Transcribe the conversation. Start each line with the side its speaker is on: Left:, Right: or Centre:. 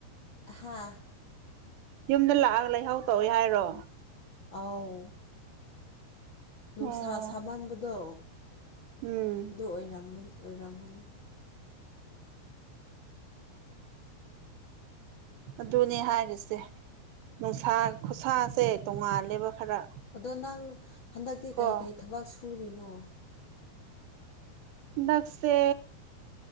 Left: ꯍꯥꯥ
Right: ꯌꯨꯝꯗ ꯂꯥꯛꯑꯒ ꯂꯩꯍꯥꯎ ꯇꯧꯏꯤ ꯍꯥꯏꯔꯣ
Left: ꯑꯥꯎ ꯅꯨꯡꯁꯥ
Right: ꯑꯣ
Left: ꯁꯥꯃꯟꯕꯗꯣ
Right: ꯎꯝ
Left: ꯑꯗꯨ ꯑꫭꯏꯔꯝꯅꯤ ꯑꯣꯏꯔꯝꯃꯅꯤ
Right: ꯑꯗꯨꯅꯦ ꯍꯥꯏꯔꯤꯁꯦ ꯅꯨꯡꯁꯥ ꯈꯨꯁꯥꯁꯦ ꯇꯣꯡꯉꯥꯜꯂꯦꯕ ꯈꯔ
Left: ꯑꯗꯣ ꯅꯪ ꯍꯟꯗꯛꯇꯤ
Right: ꯀꯣ
Left: ꯀꯩꯀꯩ ꯊꯕꯛ ꯁꯨꯔꯤꯅꯣ
Right: ꯍꯟꯗꯛꯁꯦ